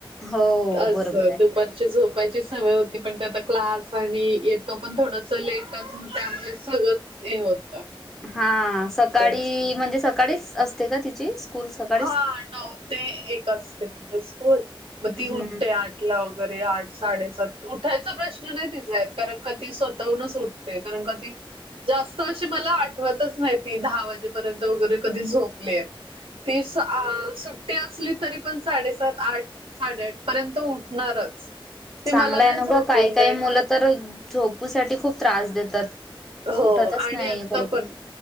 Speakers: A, in the centre; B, on the right.
A: हो
B: अस
A: बरोबर आहे.
B: दुपारची झोप पाय ची सवय होती पण ते आता क्लास आणि येतो पण थोडस लेट त्यामुळे सगळंच हे होतं.
A: हा सकाळी
B: ते
A: म्हणजे सकाळीच असते का तिची. स्कूल सकाळीच?
B: हा नऊ ते एक असते तिची स्कूल. मग ती
A: हम्म
B: उठते आठला वगैरे आठ साडेसात उठायचा प्रश्न नाही तिचा येत कारण का ती स्वतःहूनच उठते कारण का ती जास्त अस मला आठवतच नाही ती दहा वाजेपर्यंत वगैरे कधी झोपलीय. ती आ सुट्टी असली तरी पण साडेसात आठ साडेआठ पर्यंत उठणारच.
A: चांगलाय
B: ती मला नाही
A: न
B: झोपून
A: ग काही काही
B: देणार.
A: मुलं तर झोपूसाठी खूप त्रास देतात
B: हो
A: उठतच
B: आणि
A: नाही
B: आता
A: काही काही
B: पण